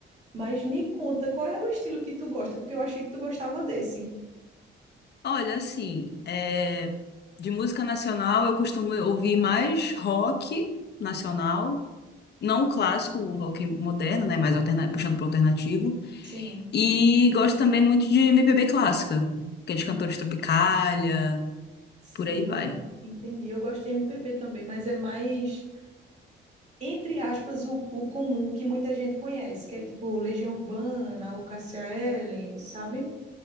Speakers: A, on the right; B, on the left.
A: Mas me conta, qual é o estilo que tu gosta? Porque eu achei que tu gostava desse.
B: Olha, assim, é, de música nacional eu costumo ouvir mais rock nacional, não o clássico, o rock moderno, né? Mais alterna... puxando para alternativo.
A: Sim,
B: E gosto também muito de MPB clássica, aqueles cantores Tropicália,
A: sim,
B: por aí vai.
A: entendi. Eu gosto de MPB também, mas é mais, entre aspas, o, o comum que muita gente conhece, que é tipo Legião Urbana, o Cássia Eller, sabe?